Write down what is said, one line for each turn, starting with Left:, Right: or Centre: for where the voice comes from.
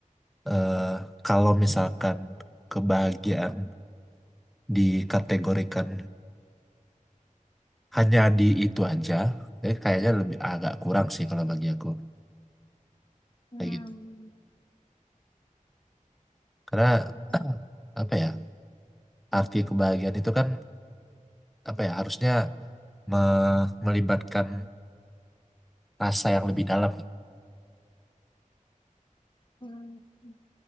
Centre: eh, kalau misalkan kebahagiaan dikategorikan hanya di itu aja jadi kayaknya lebih agak kurang sih kalau bagi aku
Left: Hmm,
Centre: kayak gitu karena
Left: betul.
Centre: apa ya arti kebahagiaan itu kan apa ya harusnya me- melibatkan rasa yang lebih dalam
Left: Hmm, hmm.